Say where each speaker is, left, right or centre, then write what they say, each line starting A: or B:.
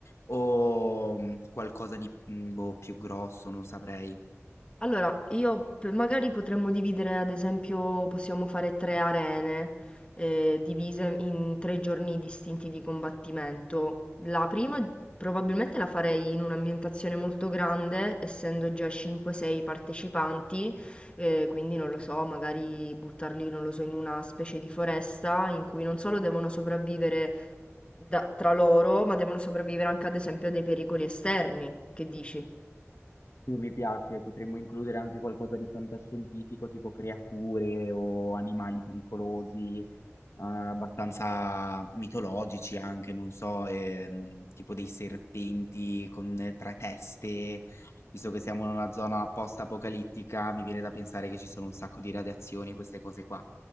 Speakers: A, on the left; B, on the left.
A: o mm, qualcosa di mm, boh, più grosso, non saprei.
B: Allora, io p- magari potremmo dividere, ad esempio, possiamo fare tre arene eh, divise in tre giorni distinti di combattimento. La prima probabilmente la farei in un'ambientazione molto grande, essendo già 5-6 partecipanti, eh, quindi non lo so, magari buttarli, non lo so, in una specie di foresta in cui non solo devono sopravvivere da- tra loro, ma devono sopravvivere anche, ad esempio, a dei pericoli esterni. Che dici?
A: Sì, mi piace, potremmo includere anche qualcosa di fantascientifico, tipo creature o animali pericolosi. eh, abbastanza mitologici anche, non so, ehm, tipo dei serpenti con eh, tre teste. Visto che siamo in una zona post-apocalittica, mi viene da pensare che ci sono un sacco di radiazioni e queste cose qua.